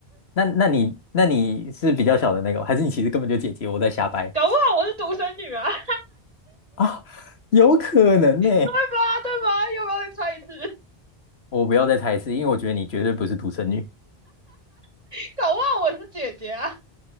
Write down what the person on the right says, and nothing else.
搞不好我是独生女啊，<laughs>
对吧？对吧？要不要再猜一次？
<laughs> 搞不好我是姐姐啊，